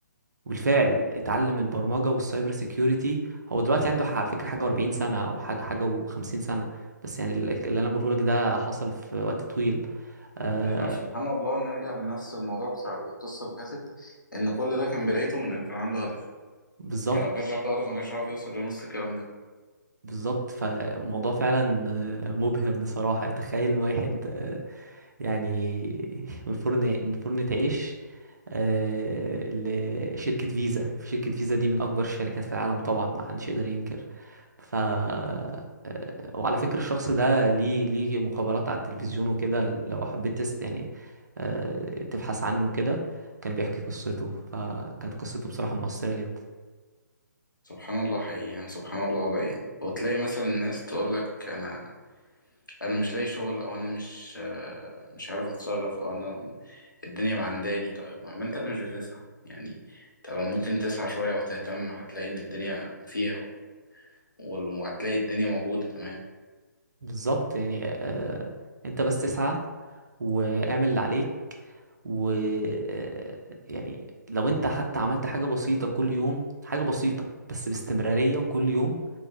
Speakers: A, on the right; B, on the left.
A: وبالفعل اتعلم البرمجة والسايبر سيكيورتي هو دلوقتي عنده ح- على فكرة حاجة و40 سنة او حاجة حاجة و50 سنة بس يعني ال- اللي انا بقوله لك ده حصل في وقت طويل آه
B: اذا سبحان الله نرجع لنفس الموضوع بتاع القصه اللي فاتت ان كل ده كان بدايته من ان كان عنده هدف
A: بالظبط
B: يعني لو ما كانش عنده هدف ما كانش عارف يوصل لنص الكلام ده
A: بالظبط فالموضوع فعلا آه، مبهر بصراحة تخيل واحد آه، يعني <laughs> من فرن من فرن تعيش آه، لشركة فيزا شركة فيزا دي من أكبر الشركات في العالم طبعا ما حدش يقدر ينكر ف آه، وعلى فكرة الشخص ده ليه ليه مقابلات على التلفزيون وكده لو حبيت تست يعني آه، تبحث عنه كده كان بيحكي قصته فكانت قصته بصراحة مؤثرة جدا
B: سبحان الله حقيقي يعني سبحان الله والله يعني. وتلاقي مثلا الناس تقول لك انا انا مش لاقي شغل او انا مش آه، مش عارف اتصرف او انا الدنيا معنداني طيب ما ما انت اللي مش بتسعى يعني انت لو ممكن تسعى شوية او تهتم هتلاقي ان الدنيا فيها و- وال- وهتلاقي الدنيا موجودة تمام
A: بالظبط يعني آه، انت بس تسعى واعمل اللي عليك و آه، يعني لو انت حتى عملت حاجة بسيطة كل يوم حاجة بسيطة بس باستمرارية وكل يوم